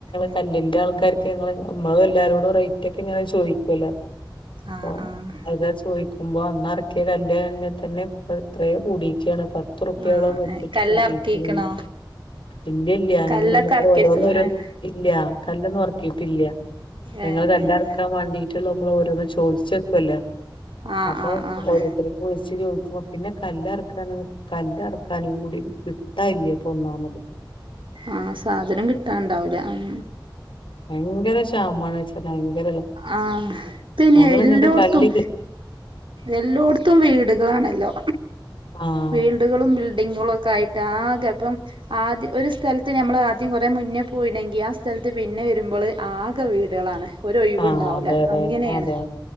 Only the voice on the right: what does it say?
ഉം
ആഹ് ആഹ്
ആഹ്
കല്ലെർക്കീക്ക്ണോ
കല്ലൊക്കെ
എർക്കിച്ച്ണ്
ഏഹ്
ഏഹ്
ആഹ്
ആഹ് ആഹ്
ആഹ് സാധനം കിട്ടാണ്ടാവുല. ഉം
ആ പിന്നെ
എല്ലോട്ത്തും
എല്ലോട്ത്തും വീട് വാണല്ലോ.
വീൽഡുകളും ബിൽഡിങ്ങുകളും ഒക്കെ ആയി ആകെ അപ്പം ആദ്യ ഒര് സ് സ്ഥൽത്ത് നമ്മള് ആദ്യം കൊറേ മുന്നേ പോയിണെങ്കി ആ സ്ഥൽത്ത് പിന്നെ വര്മ്പോള് ആകെ വീടളാണ്. ഒരഴിവ്
ഇണ്ടാവൂല
അങ്ങനെയാണ്.